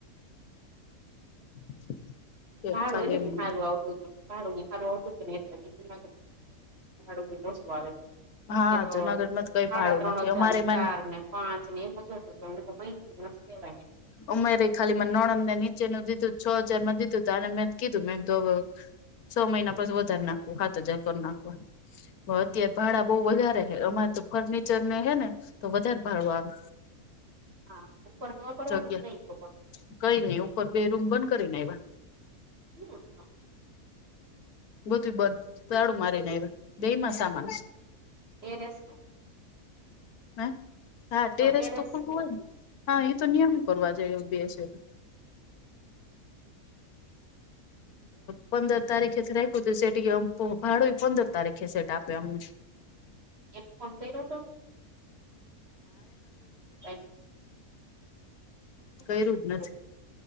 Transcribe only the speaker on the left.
<inaudible>
ખાલી
એમ
હા
જુનાગઢમાં જ કઈ
ભાડું
નથી
અમારે મન
ઉમેરે ખાલી નોણંદ ને નીચેનુંું દીધું છ હજાર માં દીધું તો અને મે કીધું મેં. છ મહિના પછી વધારે નાખવું સાત હજાર કર નાખવા. અત્યારે ભાડા બહ વધારે હ અમારે તો ફર્નિચર ને હે ને તો વધારે ભાડું આવે.
જગ્યા
કઈ નહી ઉપર બે રૂમ બંધ કરીને એવા.
ગુ બંધ તાડું મારીને આવ બે માં સામાન.
હે હા
ટેરસ
તો ખુલ્લુ હોય ને. હા એ તો નિયમિ કરવા જાય એવું બે સે. પંદર તારીખે જ રાયખુ સેટી એમ ભાડુયે પંદર તારીખે સેટ આપે અમને.
કયરુ
જ
નથી.